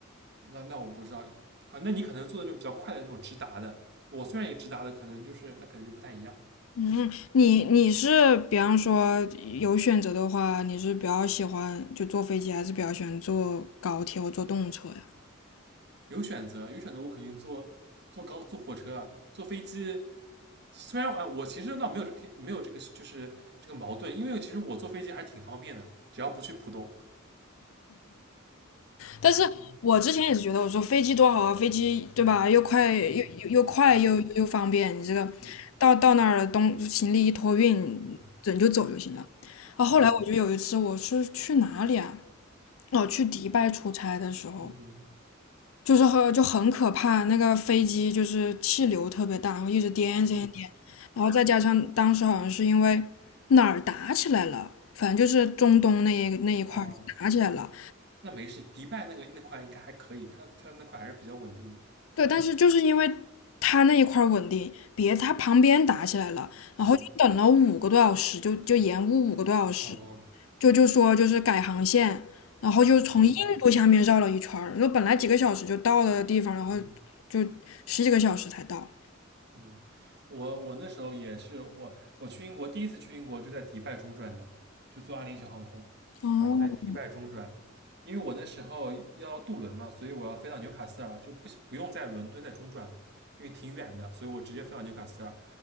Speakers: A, on the right (about 55°); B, on the left (about 85°).
A: 那那我不知道啊，那你可能做的那种比较快的那种直达的，我虽然也直达的，可能就是那可能就不太一样。
B: 嗯，你你是比方说有选择的话，你是比较喜欢就坐飞机，还是比较喜欢坐高铁或坐动车呀？
A: 有选择，有选择，我肯定坐坐高坐火车啊，坐飞机。虽然我哎我其实倒没有这偏没有这个就是这个矛盾，因为其实我坐飞机还是挺方便的，只要不去浦东。
B: 但是我之前也是觉得，我说飞机多好啊，飞机对吧？又快又又又快又又方便，
A: 嗯，对，
B: 你这个
A: 嗯
B: 到到那儿了，东行李一托运，
A: 嗯
B: 人就走就行了。啊，后来我就有一次我是去哪里啊？
A: 嗯
B: 哦，去迪拜出差的时候，
A: 嗯嗯
B: 就是很就很可怕，那个飞机就是气流特别大，然后一直颠颠颠，
A: 嗯
B: 然后再加上当时好像是因为哪儿打起来了，反正就是中东那一那一块儿打起来了，
A: 哦，那没事，迪拜那个那块应该还可以，它它那块还是比较稳定的。
B: 对，但是就是因为它那一块儿稳定，别它旁边打起来了，然后就等了五个多小时，
A: 嗯
B: 就就延误五个多小时，
A: 哦
B: 就就说就是改航线，然后就从印度下面绕了一圈儿，
A: 嗯嗯
B: 就本来几个小时就到了的地方，然后
A: 嗯
B: 就十几个小时才到。
A: 嗯，我我那时候也是我我去英国第一次去英国就在迪拜中转的，就坐阿联酋航空，
B: 哦，
A: 然后在迪拜中转，因为我那时候要渡轮嘛，所以我要飞到纽卡斯尔，就不不用在伦敦再中转了，因为挺远的，所以我直接飞到纽卡斯尔。